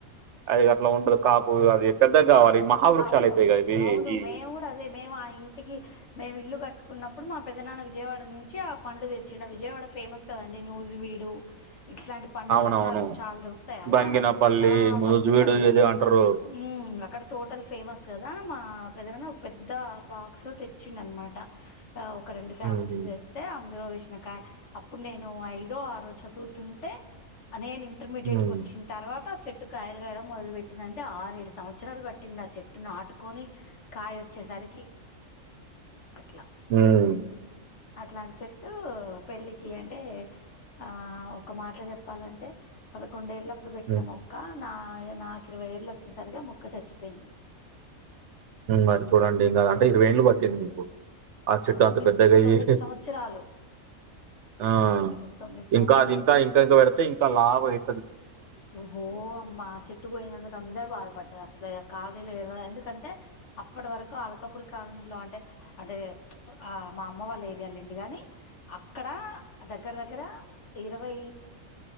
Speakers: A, on the right; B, on the left.
A: అది అట్లా ఉంటదు కాపు అది పెద్దగా కావాలి
B: అవును
A: మహావృక్షాలు
B: అవును
A: అయితాయిగా ఇవి
B: అవును
A: ఈ
B: మేము కూడా అదే మేము ఆ ఇంటికి మేము ఇల్లు కట్టుకున్నప్పుడు మా పెద్దనాన్న విజయవాడ నుంచి ఆ పండ్లు తెచ్చిండు విజయవాడ ఫేమస్ కదండి న్యూజ్ వీడు ఇట్లాంటి పండ్లు
A: అవునవును
B: రసాలు చాలా దొరుకుతాయి కదా
A: బంగినపల్లి
B: అ ఒక బట్ ఆ
A: ముజువీడు
B: బంగినపల్లి
A: ఏదో అంటారు
B: ఉమ్ అక్కడ తోటలు ఫేమస్ కదా మా పెద్దనాన్న ఒక పెద్ద బాక్స్ లో తెచ్చిండు అన్నమాట ఒక రెండు ఫ్యామిలీస్
A: ఉహు
B: చేస్తే అందులో అప్పుడు నేను ఐదో ఆరో చదువుతుంటే నేను ఇంటర్మీడియట్
A: హ్మ్ హ్మ్
B: కి వచ్చిన తర్వాత చెట్టు కాయలు కాయడం మొదలు పెట్టింది అంటే ఆరు ఏడు సంవత్సరం సంవత్సరాలు పట్టింది ఆ చెట్టును నాటుకొని కాయ వచ్చేసరికి అట్లా
A: ఉమ్
B: అట్లాంటి చెట్టు పెళ్ళికి అంటే ఆ ఒక మాట లో చెప్పాలంటే పదకొండేళ్ల అప్పుడు పెట్టిన
A: హ్మ్
B: మొక్క నా నాకు ఇరవై ఏళ్ళు వచ్చేసరిగా మొక్క చచ్చిపోయింది
A: మరి చూడండి ఇంకా అంటే ఇరవై ఏళ్ళు బతికింది ఆ చెట్టు
B: తొమ్మిది
A: అంత పెద్దగా అయ్యేసి
B: తొమ్మిది సంవత్సరాలు
A: ఆ
B: తొమ్మిది సంవత్సరాలు
A: ఇంకా అది ఇంకా ఇంకా ఇంకా పెడితే ఇంకా లావు అయి
B: హో అమ్మా చెట్టు పోయినందుకు అందరుూ బాధపడ్డారు అసలు కాలనీలో ఏడు ఎందుకంటే అప్పటి వరకు అలకపూరి కాలనీలో అంటే అంటే ఆ మా అమ్మ వాళ్ళ ఏరియాలండి గానీ ఇక్కడ దగ్గర దగ్గర ఇరవై